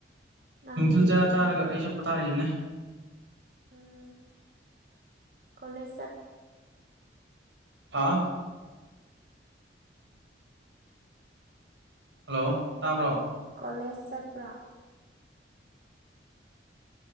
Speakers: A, on the right; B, on the right.
A: ꯅꯪꯗꯤ
B: ꯅꯨꯡꯊꯤꯜ ꯆꯔꯥ
A: ꯀꯃꯥꯏ
B: ꯆꯥꯔꯒ ꯑꯩꯁꯨ ꯇꯥꯔꯤꯕꯅꯦ
A: ꯎꯝ ꯀꯣꯂꯦꯖ ꯆꯠ
B: ꯍꯥ ꯍꯜꯂꯣ ꯇꯥꯕ꯭ꯔꯣ
A: ꯀꯣꯂꯦꯖ ꯆꯠꯄ꯭ꯔꯥ